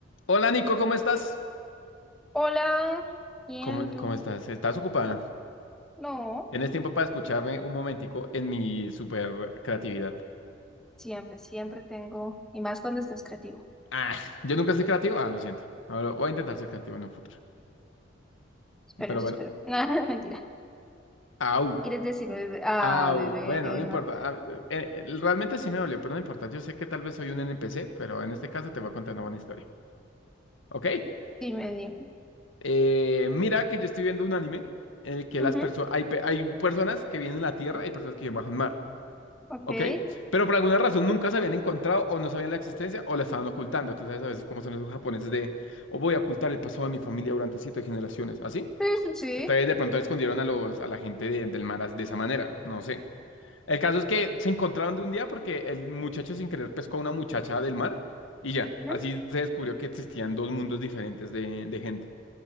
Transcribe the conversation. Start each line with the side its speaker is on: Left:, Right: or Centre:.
Left: Hola Nico, ¿cómo estás?
Centre: Hola, bien,
Left: ¿Cómo,
Centre: ¿y tú?
Left: cómo estás? ¿Estás ocupada?
Centre: No,
Left: ¿Tienes tiempo para escucharme un momentico en mi super creatividad?
Centre: siempre, siempre tengo, y más cuando estás creativo.
Left: Ah, yo nunca soy creativo. Ah, lo siento. Ahora voy a intentar ser creativo en un futuro.
Centre: Pero
Left: Pero
Centre: eso
Left: bueno,
Centre: espero. <laughs> Nada, mentira.
Left: au,
Centre: ¿Quieres decir bebé? Ah,
Left: au.
Centre: bebé,
Left: Bueno, no importa.
Centre: no.
Left: Ah, eh, eh, realmente sí me dolió, pero no importa. Yo sé que tal vez soy un NPC, pero en este caso te voy a contar una buena historia. ¿Ok?
Centre: Dime, dime.
Left: Eh, mira que yo estoy viendo un anime en el que
Centre: Ujú,
Left: las personas, hay, pe- hay personas que vienen a la Tierra y personas que viven bajo el mar.
Centre: Ok.
Left: ¿ok?
Centre: Sí,
Left: Pero por alguna razón nunca se habían encontrado o no sabían la existencia o la estaban ocultando. Tú sabes a veces cómo son esos japoneses de, o voy a ocultar el pasado de mi familia durante siete generaciones, ¿así?
Centre: sí, sí.
Left: Entonces de pronto escondieron a los, a la gente de- del mar as- de esa manera, no sé. El caso es que se encontraron de un día porque el muchacho sin querer pescó a una muchacha del mar y ya,
Centre: Ujú,
Left: así se descubrió que existían dos mundos diferentes de, de gente.